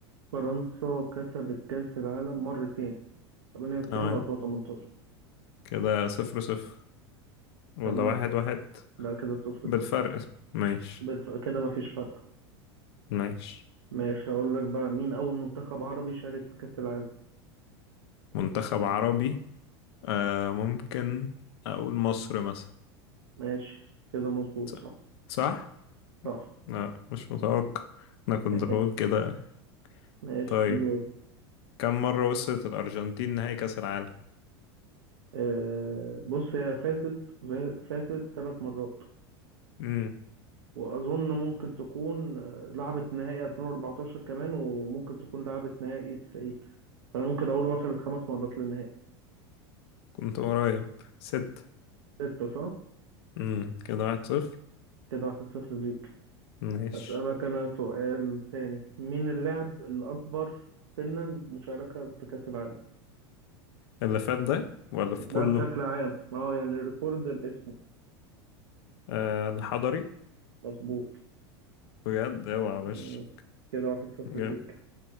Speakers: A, on the right (about 85°); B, on the left (about 70°).
A: فرنسا كسبت كأس العالم مرتين 98
B: تمام
A: و 2018
B: كده صفر صفر ولا
A: تمام
B: واحد واحد
A: لا كده صفر
B: بالفرق
A: صفر
B: ماشي
A: بس- كده مفيش فرق
B: ماشي
A: ماشي هقول لك بقى مين أول منتخب عربي شارك في كأس العالم
B: منتخب عربي آه، ممكن اقول مصر مثلا
A: ماشي كده مظبوط
B: ص-
A: صح
B: صح؟
A: صح
B: لا مش متوقع انا كنت
A: <laughs>
B: بقول كده
A: ماشي
B: طيب
A: دور
B: كم مرة وصلت الأرجنتين نهائي كأس العالم؟
A: آه بص هي فازت فازت ثلاث مرات
B: امم
A: وأظن ممكن تكون آه، لعبت نهائي 2014 كمان وممكن تكون لعبت نهائي تسعين. فأنا ممكن أقول وصلت خمس مرات للنهائي
B: كنت قريب ست
A: ستة صح؟
B: امم كده واحد صفر
A: كده واحد صفر ليك
B: ماشي
A: أسألك أنا سؤال تاني مين اللاعب الأكبر سنا مشاركة في كأس العالم؟
B: اللي فات ده ولا في كله؟
A: ده بشكل عام ما هو يعني الريكورد باسمه
B: آه الحضري
A: مظبوط
B: بجد اوعى وش
A: مم. كده واحد صفر
B: جامد.
A: ليك